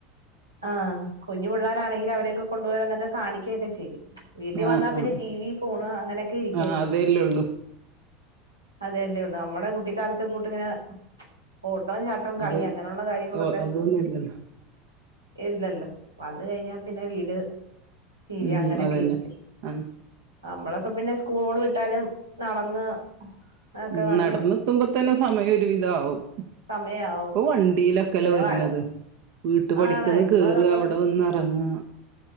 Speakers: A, on the right (about 90°); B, on the right (about 55°).
A: ആ കുഞ്ഞു പിള്ളേരാണെങ്കിലും അവരെയൊക്കെ കൊണ്ടുപോയി അതൊക്കെ കാണിക്കേ ചെയ്യും. വീട്ടി വന്നാ
B: ആഹ്
A: പിന്നെ
B: ആഹ്
A: ടി വി, ഫോണ്, അങ്ങനെയൊക്കെ ഇരിക്കല്ലേ.
B: ആഹ് അതേല്ലേ ഉള്ളൂ
A: അതെല്ലേ ഒള്ളൂ നമ്മടെ കുട്ടിക്കാലത്തെ കൂട്ടിങ്ങനെ ഓട്ടം, ചാട്ടം,
B: അത്
A: കളി, അങ്ങനെയുള്ള കാര്യങ്ങളൊക്കെ
B: ഓഹ് അതൊന്നും ഇല്ലല്ലോ.
A: ഇല്ലല്ലോ വന്ന് കഴിഞ്ഞാ പിന്നെ വീട് ടി വി
B: ഉം
A: അങ്ങനെയൊക്കെ
B: അതന്നെ
A: ഇരിക്കും.
B: ആഹ്
A: നമ്മളൊക്കെ പിന്നെ സ്കൂള് വിട്ടാലും നടന്ന് ഒക്കെ
B: ഉം
A: വന്ന്
B: നടന്നെത്തുമ്പോ തന്നെ സമയം ഒരുവിധാവും
A: സമയാവും
B: ഇപ്പൊ വണ്ടിയിലൊക്കെല്ലെ
A: പിന്നെ
B: വര്ന്നത്.
A: വഴ
B: വീട്ട് പഠിക്കന്ന്
A: ആണ് ഇപ്പൊ
B: കേറ
A: നമ്മള്
B: അവിടെ വന്ന് എറങ്ങാ